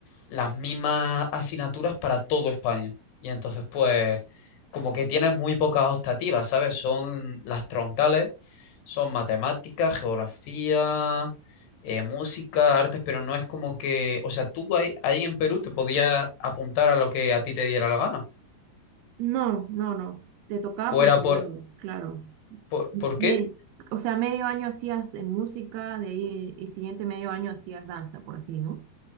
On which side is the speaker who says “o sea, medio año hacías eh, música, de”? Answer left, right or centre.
Right